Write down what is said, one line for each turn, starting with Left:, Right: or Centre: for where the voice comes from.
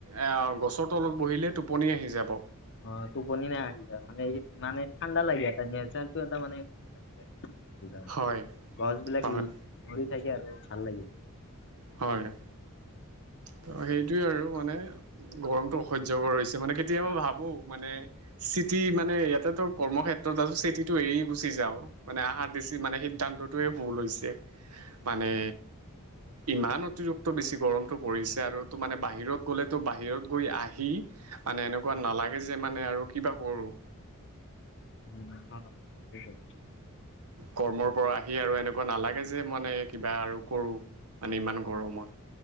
Right: এ গছৰ তলত বহিলে টোপনি আহি যাব
Left: অ টোপনি নাই আহি যায় মানে মানে ঠাণ্ডা লাগে এটা নোৰটো এটা মানে যায় একদম
Right: হয়
Left: গছ বিলাক
Right: হয়
Left: লৰি থাকে আৰু ভাল লাগে
Right: হয় ত সেইটোোৱে আৰু মানে গৰমতটো অসহ্য়কৰ হৈছে মানে কেতিয়াবা ভাবো মানে চিটি মানে ইয়াতে তো কৰ্ম ক্ষেত্ৰত আছ চিটটো এৰি গুচি যাও মানে আহাৰ বেছি মানে সিদ্ধান্তটোয়ে ভুল হৈছে মানে ইমান অতিৰিক্ত বেছি গৰমটো পৰিছে আৰু তো মানে বাহিৰত গ'লেতো বাহিৰত গৈ আহি মানে এনেকুৱা নালাগে যে মানে আৰু কিবা কৰো
Left: উ হ সেইটো
Right: কৰ্মৰ পৰা আহি আৰু এনেকুৱা নালাগে যে মানে কিবা আৰু কৰো মানে ইমান গৰমত